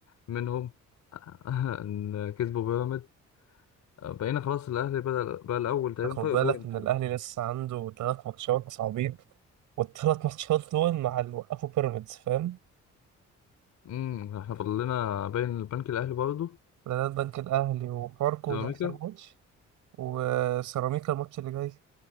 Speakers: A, on the left (about 65°); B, on the right (about 80°).
A: منهم <laughs> ان كسبوا بيراميدز بقينا خلاص الاهلي بدأ بقى الاول تقريبا
B: خد
A: فرق
B: بالك
A: بوينت
B: ان الاهلي لسه عنده ثلاث ماتشات صعبين والثلاث ماتشات دول مع اللي وقفوا بيراميدز فاهم
A: امم احنا فاضل لنا باين البنك الاهلي برضه
B: بلد بنك الاهلي وفاركو
A: سيراميكا
B: ده اخر ماتش وسيراميكا الماتش اللي جاي